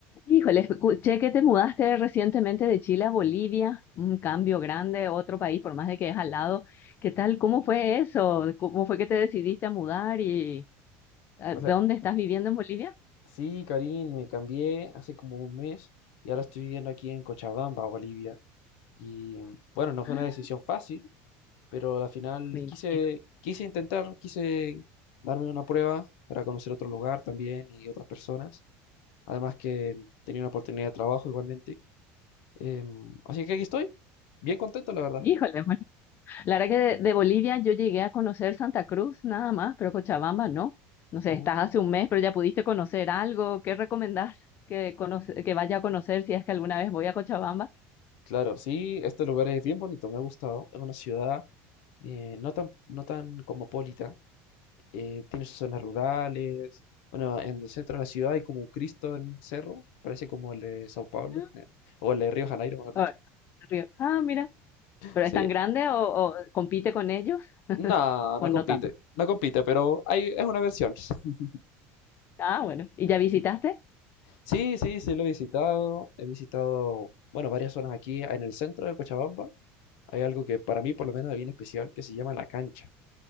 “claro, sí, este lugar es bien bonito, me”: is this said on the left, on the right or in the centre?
Left